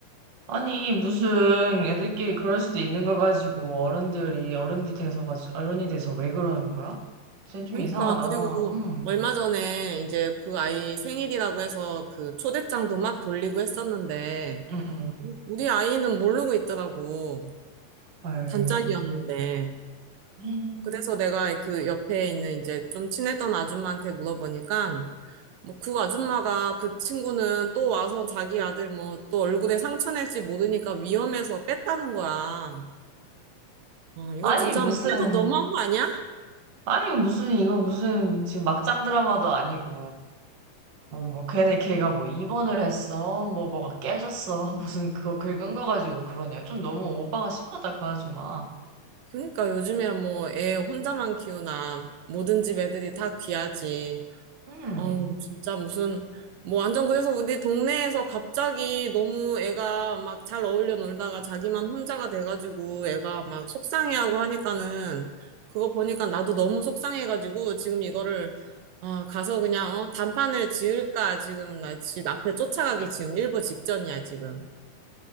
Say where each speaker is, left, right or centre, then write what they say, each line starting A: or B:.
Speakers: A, on the right; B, on the right.
A: 아니, 무슨 애들끼리 그럴 수도 있는 거 가지고 어른들이 어른이 돼서, 가지- 어른이 돼서 왜 그러는 거야? 쟤좀
B: 그러니까,
A: 이상하다.
B: 그리고
A: 응,
B: 얼마 전에 이제 그 아이 생일이라고 해서 그 초대장도 막 돌리고 했었는데,
A: 응, 응.
B: 우리 아이는 모르고 있더라고.
A: 헐.
B: 단짝이었는데.
A: 음.
B: 그래서 내가 그 옆에 있는 이제 좀 친했던 아줌마한테 물어보니까, 뭐 그 아줌마가 그 친구는 또 와서 자기 아들 뭐 또 얼굴에 상처 낼지 모르니까 위험해서 뺐다는 거야. 와, 이거
A: 아니,
B: 진짜
A: 무슨,
B: 뭐 해도 너무한 거 아니야?
A: 아니, 무슨, 이거 무슨, 지금 막장 드라마도 아니고, 뭐, 뭐, 걔네 걔가 뭐 입원을 했어, 뭐, 뭐가 깨졌어, <laughs> 무슨 그거 긁은 거 가지고 그러냐. 좀 너무 오바가 심하다, 그 아줌마.
B: 그러니까 요즘에 뭐 애 혼자만 키우나 모든 집 애들이 다 귀하지.
A: 음.
B: 어우, 진짜 무슨 뭐 완전 그래서 우리 동네에서 갑자기 너무 애가 막 잘 어울려 놀다가 자기만 혼자가 돼가지고 애가 막 속상해하고 하니까는 그거 보니까 나도 너무 속상해가지고 지금 이거를 아, 가서 그냥 어, 단판을 지을까 지금 나 집 앞에 쫓아가기 지금 일보 직전이야 지금.